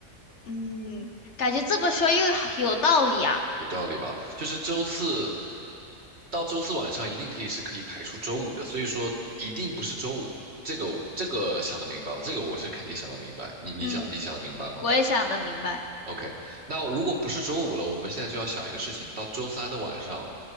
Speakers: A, on the left; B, on the right.
A: 嗯，感觉这么说又有道理啊。
B: 有道理吧？就是周四到周四晚上一定可以是可以排除周五的，所以说一定不是周五，这个这个想得明白吧？这个我是肯定想得明白，你你想你想得明白吗
A: 嗯，我也想得明白。
B: ？OK，那如果不是周五了，我们现在就要想一个事情，到周三的晚上，